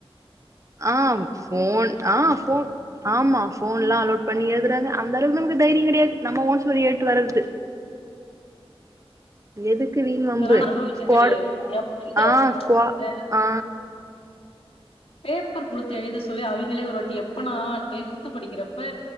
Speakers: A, on the right (about 30°); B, on the left (about 75°).
A: ஆ ஃபோன் ஆ ஃபோன் ஆமா ஃபோன்ல்லா அலோட் பண்ணி எழுதுறாங்க அந்தளவுக்கு நமக்கு தைரியோ கெடையாது நம்ம ஓன் ஸ்டோரி எழுட்டு வர்றது எதுக் கு வீண் வம்பு
B: இதெல்லா நா அனுபவிச்சது
A: ஸ்குவாடு
B: கெடையாது எப் இந்த
A: ஆ ஸ்குவா
B: இந்த
A: ஆ
B: பேப்பர் குடுத்து எழுத சொல்லி அவிங்களே ஒரு வாட்டி எப்பனா டென்த் படிக்கிறப்ப